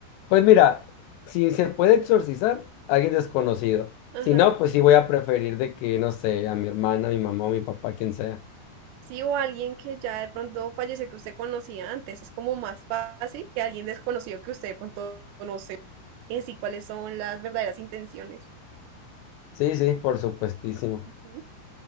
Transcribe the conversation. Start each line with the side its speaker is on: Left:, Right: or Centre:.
Left: Pues mira, si se puede exorcizar, alguien desconocido.
Right: Ajá.
Left: Si no, pues sí voy a preferir de que, no sé, a mi hermana, a mi mamá, o mi papá, quien sea.
Right: Sí, o alguien que ya de pronto fallece que usted conocía antes. Es como más fácil que alguien desconocido que usted de pronto no sé en sí cuáles son las verdaderas intenciones.
Left: Sí, sí, por supuestísimo.
Right: Ujú.